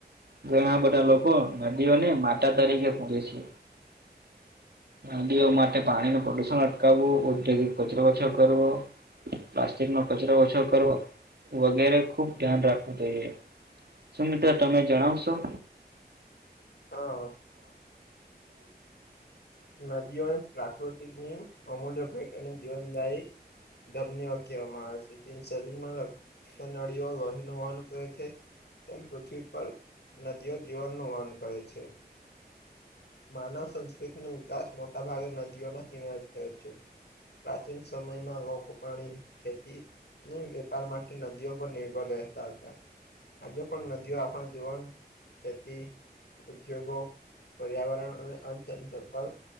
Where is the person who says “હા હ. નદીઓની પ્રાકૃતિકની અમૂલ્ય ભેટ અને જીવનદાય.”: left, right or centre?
Left